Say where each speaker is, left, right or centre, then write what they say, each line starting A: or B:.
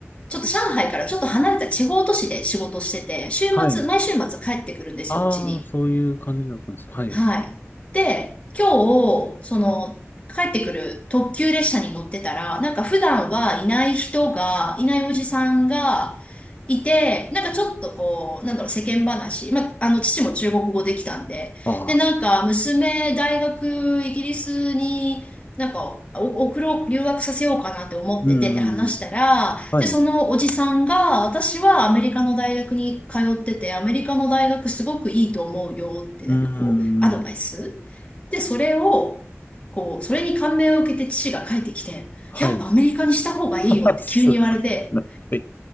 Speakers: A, on the left; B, on the left.
A: ちょっと上海からちょっと離れた地方都市で仕事してて、週末、
B: はい。
A: 毎週末帰ってくるんですよ、
B: ああ、
A: うちに。
B: そういう感じだったんです。はい。
A: はい。で、今日、その、帰ってくる特急列車に乗ってたら、なんか普段はいない人が、いないおじさんがいて、なんかちょっとこう、なんだろう、世間話。まあ、あの、父も中国語できたんで。
B: ああ、
A: で、なんか、娘、大学、イギリスに、なんか、お送ろう、留学させようかなって思っててって話したら、
B: うん。うんはい。
A: で、そのおじさんが、私はアメリカの大学に通ってて、アメリカの大学すごくいいと思うよって、
B: うん。
A: なんかこう、アドバイス。で、それを、こう、それに感銘を受けて父が帰ってきて、
B: はい。
A: やっぱアメリカにした方がいいよって急に言われて、
B: <laughs> すごい。